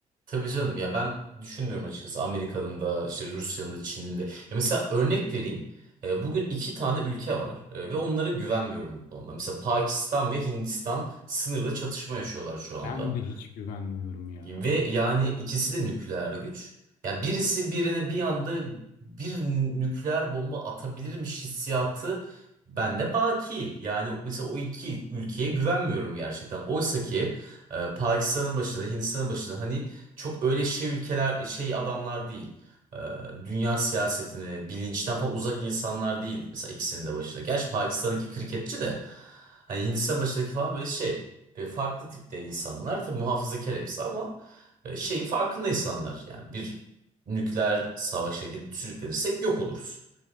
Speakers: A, on the right; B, on the left.
A: Tabii canım ya ben düşünmüyorum açıkçası Amerika'nın da işte Rusya'nın da Çin'in de. Ya mesela örnek vereyim. E, Bugün iki tane ülke var E, ve onlara güvenmiyorum bu konuda. Mesela Pakistan ve Hindistan sınırda çatışma yaşıyorlar şu anda.
B: Ben de hiç güvenmiyorum ya.
A: Ve yani ikisi de nükleer güç. Ya birisi birine bir anda bir nükleer bomba atabilirmiş hissiyatı bende baki. Yani mesela o iki ülkeye güvenmiyorum gerçekten. Oysa ki e, Pakistan'ın başında, Hindistan'ın başında hani çok öyle şey ülkeler, şey adamlar değil. E, dünya siyasetini, bilinçten falan uzak insanlar değil. Mesela ikisinin de başında. Gerçi Pakistan'daki kriketçi de hani Hindistan başındaki falan böyle şey. Ve farklı tipte insanlar. Tabii muhafazakar hepsi ama e, şeyin farkında insanlar. Yani bir nükleer savaşa gidip sürüklenirsek yok oluruz.